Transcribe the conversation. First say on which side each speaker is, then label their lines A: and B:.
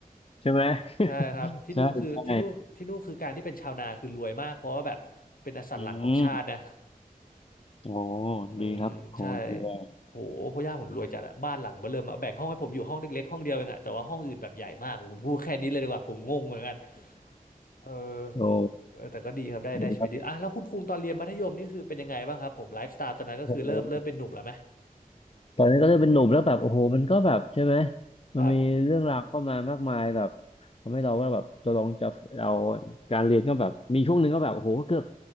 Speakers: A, on the left (about 40°); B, on the left (about 75°).
A: ใช่ไหม
B: ใช่ครับที่นู่นคือที่นู่นที่นู่นคือการที่เป็นชาวนาคือรวยมากเพราะว่าแบบเป็นอสันหลังของชาตินะ
A: <laughs> ใช่ใช่อืมโอ้
B: อืมใช่
A: ดีครับโอ้ดีเลย
B: โหพ่อย่าผมรวยจัดอะบ้านหลังเบ้อเริ่มอะแบ่งห้องให้ผมอยู่ห้องเล็กๆห้องเดียวเองอะแต่ว่าห้องอื่นแบบใหญ่มากผมพูดแค่นี้เลยดีกว่าผมงงเหมือนกันเออ
A: โอ้
B: เออแต่ก็ดีครับได้ได้ชีวิตดีอ่ะแล้วคุณคุงตอนเรียนมัธยมนี่คือเป็นยังไงบ้างครับผมไลฟ์สไตล์ตอนนั้นก็คือเริ่มเริ่มเป็นหนุ่มแล้วไหม
A: ดีครับโอ้ ตอนนั้นก็เริ่มเป็นหนุ่มแล้วแบบโอ้โหมันก็แบบใช่ไหม
B: ครับ
A: มันมีเรื่องราวเข้ามามากมายแบบทำให้เราว่าแบบตัวลองจะเราการเรียนก็แบบมีช่วงหนึ่งก็แบบโอ้โหเกือบ